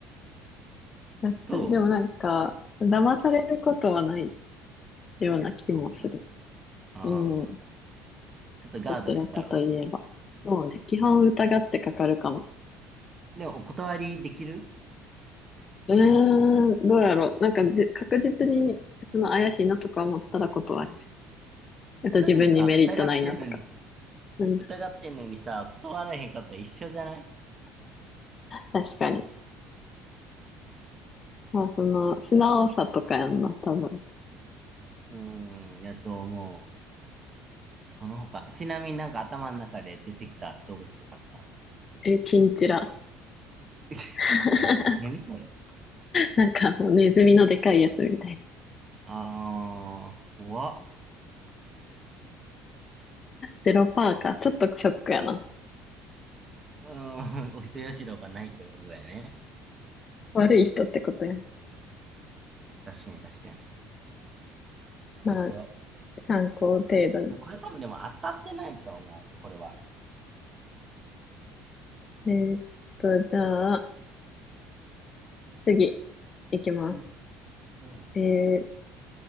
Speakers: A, on the left; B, on the right.
A: 確かに。
B: どう
A: でもなんか、騙されることはないような気もする。
B: と思うああ
A: うん。
B: ちょっとガードしちゃう。
A: どちらかといえば。そうね。基本疑ってかかるかも。
B: でも、お断りできる
A: うーん。どうやろう。なんかじ、確実に、その怪しいなとか思ったら断れる。あと自分にメリットないなとか。
B: だってさ、疑ってんのに、
A: うん。
B: 疑ってんのにさ、断られへんかったら一緒じゃない
A: 確かに。まあ、その、素直さとかやんな、多分。
B: うーん、やと思う。その他。ちなみになんか頭の中で出てきた動物とかあった
A: え、チンチラ。
B: <laughs>
A: <laughs>
B: だい何それ
A: なんかもうネズミのでかいやつみたいな。
B: あー、怖っ。
A: ゼロパーか。ちょっとショックやな。
B: うーん、<laughs> お人よしろがないってことだよね。
A: 悪い人ってことやん。
B: 確かに確かに。
A: まあ、
B: 面白
A: 参考程度に。
B: い。これ多分でも当たってないと思う、これは。
A: えーっと、じゃあ、次、いきます。
B: うん。うん。
A: えー、